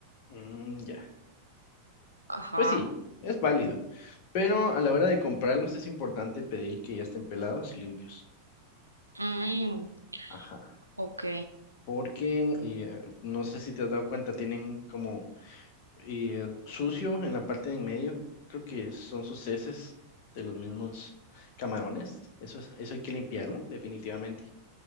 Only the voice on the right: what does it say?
Ajá.
Mm,
ok.